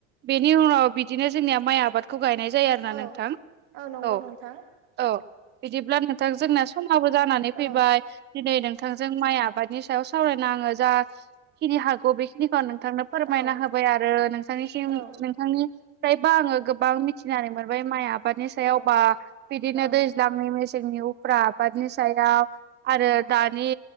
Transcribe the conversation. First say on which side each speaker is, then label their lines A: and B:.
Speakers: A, on the right; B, on the right.
A: बेनि बेनि उनाव बिदिनो जोंनिया माइ आबादखौ गायनाय जायो आरोना
B: औ
A: नोंथां
B: नंगौ
A: औ
B: नोंथां
A: औ। बिदिब्ला नोंथां जोंनाया समाबो जानानै
B: औ
A: फैबाय दिनै नों नोंथांजों माइ आबादनि सायाव सावरायना आंङो जाखिनि हागौ बेखिनिखौ नोंथां नोंथांनो फोरमायना
B: औ
A: होबाय आरो नोंथांनिसिम
B: औ
A: नोंथांनिफ्रायबा आंङो गोबां बां मिथिनानै मोनबाय माइ आबादनि सायावबा
B: औ
A: बिदिनो
B: औ
A: दैज्लां नि मेसें मेसेंनि उफ्रा आबादनि सायाव आरो दानि